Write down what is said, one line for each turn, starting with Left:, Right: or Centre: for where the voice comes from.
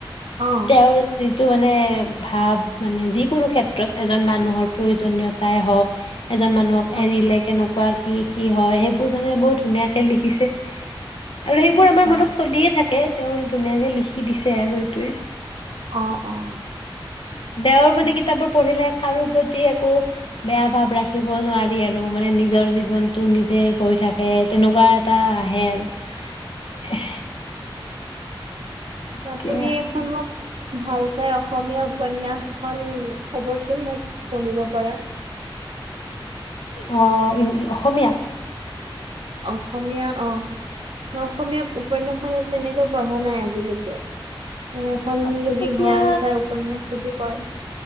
Right: অ
Left: তেওঁৰ যিটো মানে ভাৱ মানে যিকোনো ক্ষেত্ৰত এজন মানুহৰ প্ৰয়োজনীয়তাই হওক এজন মানুহক
Right: হয়
Left: এৰিলে কেনেকোৱা কি কি হয়, সেইবোৰ মানে বহুত ধুনীয়াকে লিখিছে। আৰু সেইবোৰ
Right: আচ্ছা
Left: আমাৰ মনত চলিয়ে থাকে, তেওঁ ধুনীয়াকে লিখি দিছে আৰু সেইটোৱে।
Right: অ', অ
Left: তেওঁৰ মানে
Right: ঠিক
Left: কিতাপবোৰ
Right: আছে
Left: পঢ়িলে কাৰো প্ৰতি একো বেয়া ভাব ৰাখিব নোৱাৰি আৰু মানে নিজৰ জীৱনটো নিজে গৈ থাকে তেনেকোৱা এটা আহে আৰু।
Right: <inaudible>
Left: এহ ঠিকে
Right: আপুনি
Left: আছে।
Right: এখন মোক ভাল চাই অসমীয়া উপন্যাস এখন ক'ব চোন মই পঢ়িব পাৰা।
Left: অ', অসমীয়া?
Right: অসমীয়া অ মই অসমীয়া উপন্যাস মানে তেনেকৈ পঢ়া নাই। আজিলৈকে মানে এখন
Left: অসমীয়া
Right: যদি ভাল চাই উপন্যাস যদি কৰে